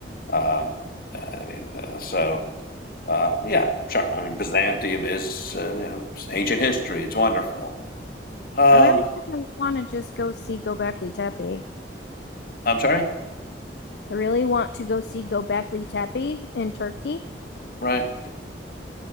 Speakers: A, on the left (about 50°); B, on the left (about 70°).
A: Um, I mean, uh, so uh, yeah, sure. I mean, Byzantium is uh, you know it's ancient history. It's wonderful. Um,
B: I really kind of want to just go see Göbekli Tepe.
A: I'm sorry,
B: I really want to go see Göbekli Tepe in Turkey.
A: right?